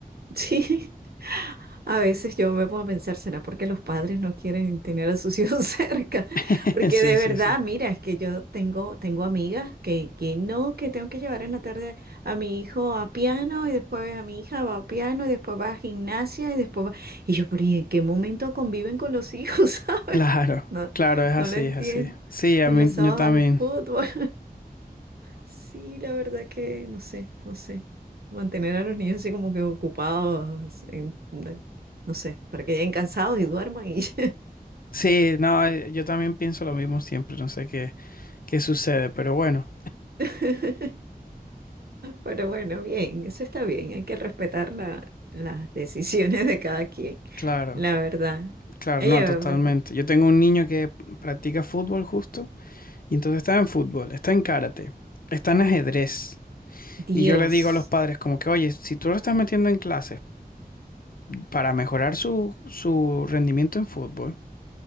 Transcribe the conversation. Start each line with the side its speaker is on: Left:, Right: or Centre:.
Right: Sí. A veces yo me pongo a pensar, ¿será porque los padres no quieren tener a sus hijos <laughs> cerca?
Left: <laughs>
Right: Porque
Left: Sí,
Right: de
Left: sí,
Right: verdad,
Left: sí.
Right: mira, es que yo tengo, tengo amigas que, que no, que tengo que llevar en la tarde a mi hijo a piano y después a mi hija va a piano y después va a gimnasia y después va... Y yo, pero ¿y en qué momento conviven con los hijos, <laughs> sabes?
Left: Claro,
Right: No,
Left: claro, es así,
Right: no lo entiendo.
Left: es así. Sí, a
Right: Y
Left: mí
Right: los sábados
Left: yo también.
Right: al fútbol. Sí, la verdad que no sé, no sé. Mantener a los niños así como que ocupados, en- eh, no sé, para que lleguen cansados y duerman y... ya.
Left: Sí, no, eh, yo también pienso lo mismo siempre, no sé qué, qué sucede, pero bueno,
Right: <laughs> Pero bueno, bien, eso está bien, hay que respetar la- las decisiones de cada quien,
Left: claro,
Right: la verdad.
Left: claro,
Right: Ella,
Left: no, totalmente.
Right: va-
Left: Yo tengo un niño que practica fútbol justo, y entonces está en fútbol, está en karate, está en ajedrez.
Right: Dios,
Left: Y yo le digo a los padres como que, oye, si tú lo estás metiendo en clases para mejorar su, su rendimiento en fútbol,